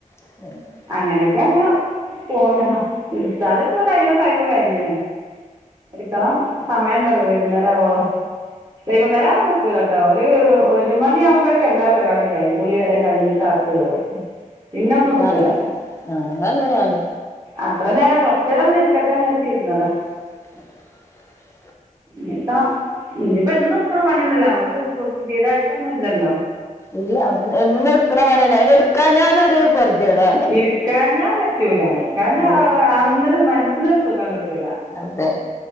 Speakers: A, on the left (about 20°); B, on the right (about 25°).
A: <unintelligible>
B: അങ്ങനെയൊക്കെ അങ്ങനെ പോന്ന് ഹ എടുത്താല് ഇപ്പൊ കയ്യിണ ടൈമ് കഴിഞ്ണ് എടുക്കണം സമയണ്ടല്ലോ വൈകുന്നേരം ആവവോളോ വൈകുന്നേരം ആവാ നക്കൂലട്ടോ ട്ടോ ഒര് ഒര് മണിയാകുമ്പോഴേക്കെ എല്ലാ പരിപാടിയും കഴയു കുളി വരെ കഴിഞ്ഞിട്ട് അഅത് കയറും പിന്നെ ഒന്നും എടുക്കില്ല
A: ഞാനങ്ങനെ അങ്ങൻന്നെ ഞാനു
B: അത്ര നേര കൊറചേരം ഒന്ന് ഇരിക്കട്ടെ നര്തി ഇരുന്നതാ
A: ഉ <inaudible>
B: ഇനി എടുക്കണം ഇനിയിപ്പോ എന്നും എടുക്കണ പണിന്നെല്ല നമ്മക്ക് പുതിയതായിട്ടൊന്നും ഇല്ലല്ലോ
A: ഇല്ല എന്നു എടുക്ണ പണിന്നെ അയിന് എടുക്കാൻ ഞാലൊരു പൊർദ്യടാ
B: എടുക്കാഞ്ഞാ പറ്റൂല എടുക്കാഞ്ഞാ
A: അതെ
B: അതവിടെ അന്നൊരു മനസ്സിനൊരു സുഖം കിട്ടൂല
A: അതെ